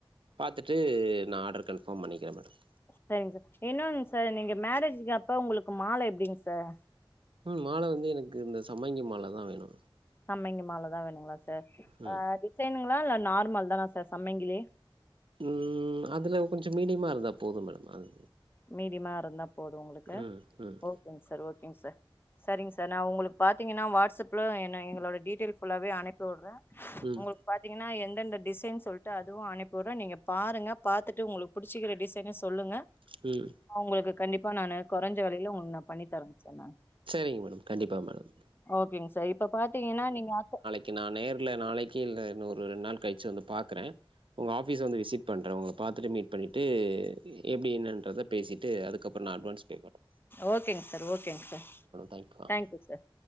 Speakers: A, on the right (about 70°); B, on the left (about 25°).
A: பாத்துட்டு நா ஆர்டர் கன்ஃபார்ம் பண்ணிக்கிறோ மேடம்
B: சரிங்க இன்னொன்னு சார் நீங்க மேரேஜ்க அப்ப உங்களுக்கு மால எப்டிங்க சார்
A: ம் மால வந்து எனக்கு இந்த சம்பங்கி மாலை தா வேணூ
B: சம்பங்கி மால தா வேணுங்ளா சார்
A: ம்
B: ஆ டிசைனுங்ளா இல்ல நார்மல் தானா சார் சம்பங்கிலே
A: ம் அதுல கொஞ்சொ மீடிமா இருந்தா போதூ மேடம் அது
B: மீடிமா இருந்தா போது உங்களுக்கு
A: ம் ம்
B: ஓகேங் சார் ஓகேங் சார் சரிங் சார் நா உங்களுக் பாத்திங்ன்னா வாட்ஸ்ப்ல என்ன எங்களோட டீடெயில் புல்லாவே அனுப் சுட்றே
A: ம்
B: உங்களுக் பாத்தீங்கன்னா எந்தெந்த டிசைன் சொல்லிட்டு அதுவூ அனுப்பி உட்றோ நீங்க பாருங்க பாத்துட்டு உங்களுக்கு புடிச்சிக்கிற டிசைன சொல்லுங்க
A: ம்
B: அவங்களுக்கு கண்டிப்பா நானு கொறைஞ்ச வெலயில உங் நா பண்ணி தரோ சார் நானூ
A: சரிங்க மேடம் கண்டிப்பா மேடம்
B: ஓகேங்க சார் இப்ப பாத்தீங்கன்னா நீங்க அசப்
A: கே நா நேர்ல நாளைக்கு இல்ல இன்னூ ஒரு ரெண்ட் நாள் கழிச்சு வந்து பாக்குறே உங்க ஆஃபீஸ வந்து விசிட் பண்றே உங்கள பாத்துட்டு மீட் பண்ணிட்டு எப்டி என்னன்றத பேசிட்டு அதுக்கப்புறோ நா அட்வான்ஸ் பே பண்
B: ஓகேங்க சார் ஓகேங்க சார்
A: தேங்க்யூ ஆ
B: தேங்க் யூ சார்